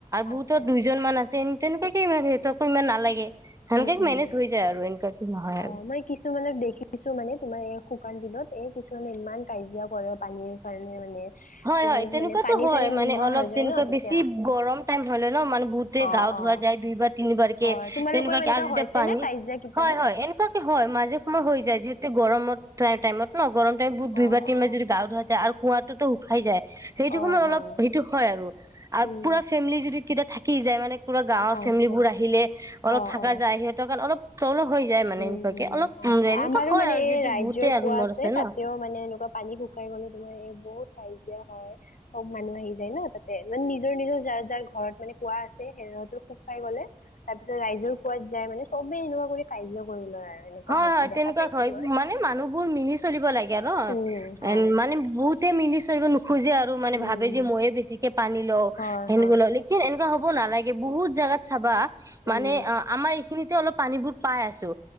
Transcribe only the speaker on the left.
আচ্ছা
উম, উম
অ
মই কিছুমানত দেখিছো মানে তোমাৰ শুকান দিনত এ কিছুমানে ইমান কাজিয়া কৰে পানীৰ কাৰণে মানে
বহুত
মানে পানী
চানী নোহোৱা
হৈ যায়
ন তেতিয়া
অ
অ
হয়
তোমালোকৰ
এনেকা
হৈছে
নে কাজিয়া কেতিয়াবা
অ
অ
অ
হয়
উম
আচ্ছা
অ
অ
উম,
উম,
আচ্ছা
আমাৰো
মানে
এই
ৰাইজৰ
কোৱা
তাতেও
মানে এনেকুৱা পানী শুকাই গলে তোমাৰ এই বহুত কাজিয়া হয় চব মানুহ আহি যায় ন তাতে মানে নিজৰ নিজৰ য যাৰ ঘৰত মানে কোৱা আছে সেইহতো সুখ খাই গলে তাৰ পিছত ৰাইজৰ কোৱাত যায় মানে চবে এনেকুৱা কৰি কাৰাহ্য কৰি লয় আৰু এনেকুৱা
হৈছে
দেখা
পাইছো
মই।
উম, হয়,
উম,
হয়,
হয়,
উম,